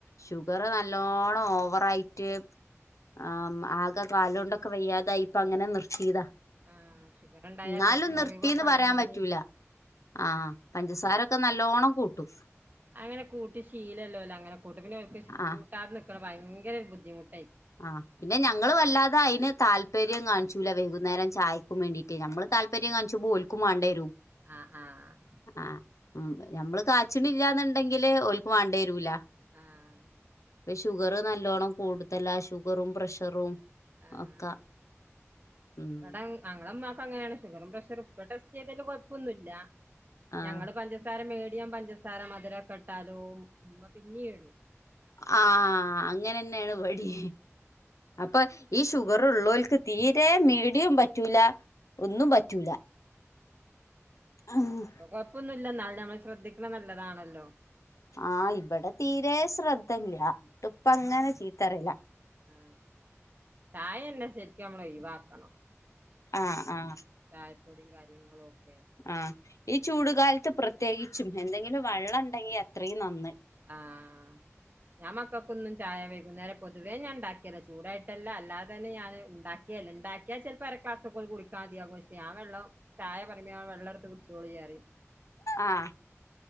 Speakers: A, on the left (about 85°); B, on the right (about 35°).
A: ഷുഗർ നല്ലോണം ഓവറയിട്ട് ആഹ് ആകെ കാലോണ്ടൊക്കെ വയ്യാതായിപ്പ അങ്ങനെ നിർത്തിയതാ
B: ആഹ് ഷുഗർ ഉണ്ടായാ
A: ന്നാലും
B: പിന്നെ
A: നിർത്തിന്ന്
B: മുറിവൊക്കെ ഉണ്ടെങ്കില്
A: പറയാൻ പറ്റൂല ആഹ് പഞ്ചസാരൊക്കെ നല്ലോണം കൂട്ടും
B: അങ്ങനെ കൂട്ടി ശീലല്ലോല് അങ്ങനെ കൂട്ട് പിന്നെ ഒക്ക്
A: ആഹ്
B: കൂട്ടാതെ നിൽക്കണ ഭയങ്കര ഒരു ബുദ്ധിമുട്ടായി
A: ആഹ് പിന്നെ ഞങ്ങള് വല്ലാതെ അയ്ന് താല്പര്യം കാണിച്ചൂല വൈകുന്നേരം ചായക്കും വേണ്ടീട്ട് മ്മള് ത പര്യം കാൺചുമ്പം ഓൽക്കും വേണ്ടേരും
B: ആഹ് ആഹ് അഹ്
A: ആഹ് ഉം നമ്മള് കാച്ചിണ്ല്ല്യാ ന്നുണ്ടെങ്കില് ഓൽക്ക് വേണ്ടിരൂല
B: ആഹ്
A: ഇപ്പ ഷുഗറ് നല്ലോണം കൂടുതല ഷുഗറും പ്രഷറും
B: ആഹ
A: ഒക്കെ ഉം
B: ഇവിട ഞങ്ങളമാക്ക അങ്ങനെയാണ് ഷുഗറും പ്രഷറും ഇപോടെസ്റ്റ് ചെയ്തല് കുഴപ്പൊന്നുമില്ല
A: ആഹ്
B: ഞ പ പഞ്ചസാര മേടിയ പഞ്ചസാര മധുരക്കെട്ടാലോ ഉമ്മ പിന്നെയിടും
A: ആഹ അങ്ങനെന്നെയാണ് ഇവടിം അപ്പൊ ഈ ഷുഗർ ഉള്ളൊർക്ക് തീരെ മീടിയും പറ്റൂല ഒന്നും പറ്റൂല ആഹ്
B: കൊഴപ്പൊന്നുമില്ല ന്നാലുംനമ്മള് ശ്രദ്ധിക്കണ നല്ലതാണല്ലോ
A: ആഹ് ഇവിടെ തീരെ ശ്രദ്ധല്ല ഇപ്പ അങ്ങനെ ചീത്തറില്ല
B: ആ ചായ എന്നാ ശരിക്കമ്മൾ ഒഴിവാക്കണം
A: ആഹ് ആഹ്
B: ചായപ്പൊടിയും കാര്യങ്ങളും ഒക്കെ
A: ആ ഈ ചൂടുകാലത്ത് പ്രത്യേകിച്ചും എന്തെങ്കിലും വെള്ളം ഉണ്ടെങ്കി അത്രയും നന്ന്.
B: ആഹ് ഞാൻ മക്കക്കൊന്നും ചായ വൈകുന്നരം പൊതുവേ ഞാൻണ്ടാക്കല്ല ചൂടായിട്ടല്ല അല്ലാതെന്നെ ഞാന് ഉണ്ടാക്കി ണ്ടാക്കിയാ ചിലപ്പോ അര ക്ലാസൊക്കെ കൊൽകുടിക്കതിയാ ഞ വെള്ളം ചായ പറമ്പേ വെള്ളം എടുത്ത് കുടിച്ചോളി പറിയം
A: ആഹ്.